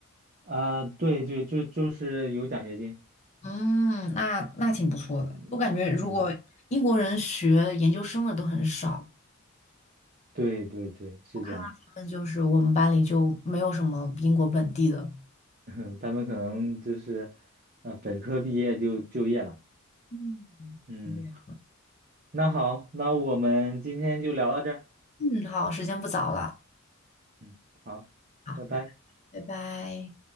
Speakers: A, on the right (about 40°); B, on the left (about 35°).
A: 啊、对对，就就是有奖学金。
B: 嗯，那那挺不错的。
A: 嗯，
B: 我感觉如果英国人学研究生的都很少。
A: 嗯对对对，是这样。
B: 他们就是我们班里就没有什么英国本地的。
A: <laughs> 他们可能就是，呃，本科毕业就就业了。
B: 嗯，
A: 嗯，
B: 是这样。
A: 那好，那我们今天就聊到这儿。
B: 嗯，好，时间不早了，
A: 嗯，好，
B: 好，
A: 拜拜。
B: 拜拜。